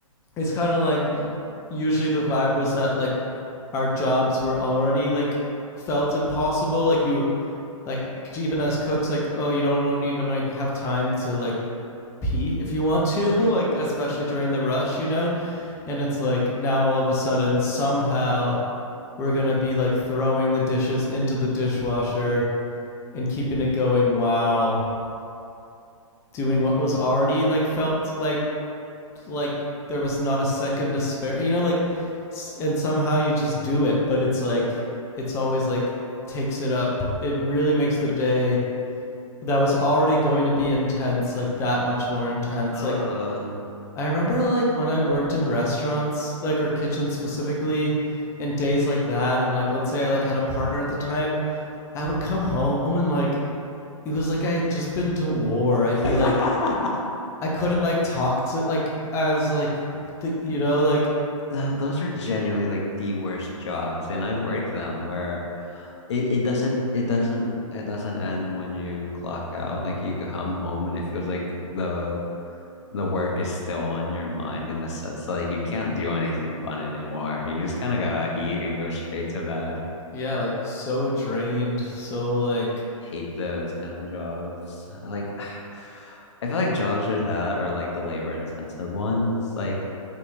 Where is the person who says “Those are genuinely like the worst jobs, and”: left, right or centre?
Left